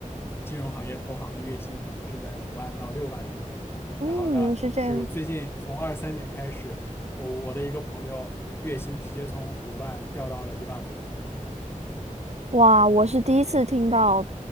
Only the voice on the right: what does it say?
嗯，
原来是这样。
哇，我是第一次听到